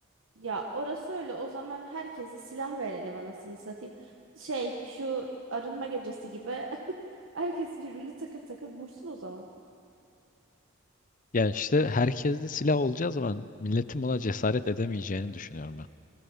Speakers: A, on the right (about 80°); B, on the left (about 40°).
A: Ya orası öyle. O zaman herkese silah verelim anasını satayım. Şey şu arınma gecesi gibi <laughs> herkes birbirini takır takır vursun o zaman.
B: Yani işte herkes de silah olacağı zaman milletin buna cesaret edemeyeceğini düşünüyorum ben.